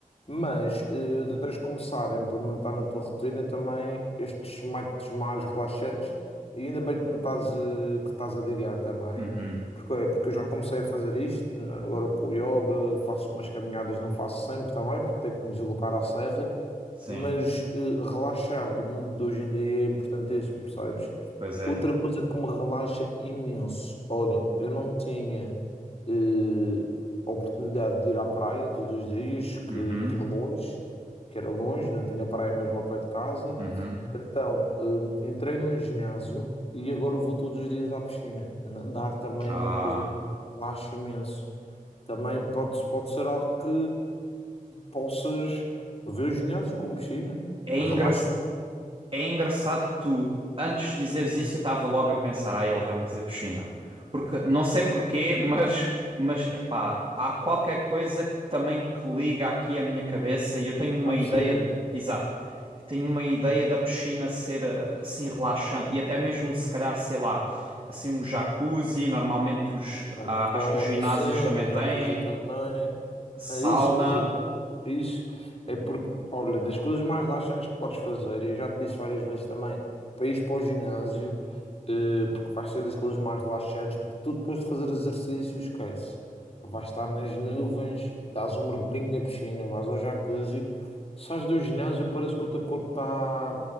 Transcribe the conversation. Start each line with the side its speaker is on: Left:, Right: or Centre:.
Left: Mas eh, tu tens de começar a implementar na tua rotina também estes métodos mais relaxantes. E ainda bem que me estás, eh, que estás a ligar também.
Right: Uhum,
Left: Porque, é, porque eu já comecei a fazer isto, né, agora com o yoga, faço umas caminhadas, não faço sempre também, porque tenho que me deslocar à serra
Right: sim,
Left: mas eh, relaxar do mundo de hoje em dia é importantíssimo, percebes?
Right: pois é.
Left: Outra coisa que me relaxa imenso, olha, eu não tinha eh, a oportunidade de ir à praia todos os dias, que,
Right: Uhum,
Left: que é longe, que era longe, não tinha praia mesmo ao pé de casa,
Right: uhum.
Left: então eh, entrei num ginásio e agora vou todos os dias à piscina. Nadar também
Right: Ah,
Left: é uma coisa que me relaxa imenso. Também pode, pode ser algo que possas ver o ginásio com piscina.
Right: é engra...
Left: Relaxa
Right: é engraçado que tu, antes de dizeres isso, eu estava logo a pensar, ah, ele vai-me dizer piscina. Porque, não sei porquê, <laughs> mas, mas, epá, há qualquer coisa que também que liga aqui a minha cabeça e eu tenho uma
Left: à
Right: ideia,
Left: piscina.
Right: de- exato, eu tenho uma ideia da piscina ser eh, assim relaxante e até mesmo se calhar, sei lá, assim um jacuzzi, normalmente os,
Left: Ok,
Right: ah, acho que os ginásios
Left: sim,
Right: também
Left: jacuzzi
Right: têm,
Left: também.
Right: sauna.
Left: É isso, imagina, não- é isso. É porque, olha, das coisas mais relaxantes que podes fazer, e eu já te disse várias vezes também, para ires para o ginásio, eh, porque vai ser das coisas mais relaxantes, porque tu depois de fazer exercício, esquece. Vais estar nas nuvens, dás um mergulhinho na piscina, vais ao jacuzzi, sais do ginásio, parece que o teu corpo está